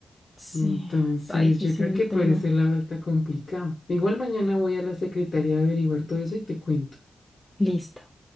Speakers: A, on the left (about 15°); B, on the left (about 55°).
A: Sí,
B: Entonces,
A: está difícil
B: yo creo
A: el
B: que por
A: tema.
B: ese lado está complicado. Igual mañana voy a la secretaría a averiguar todo eso y te cuento.
A: Listo.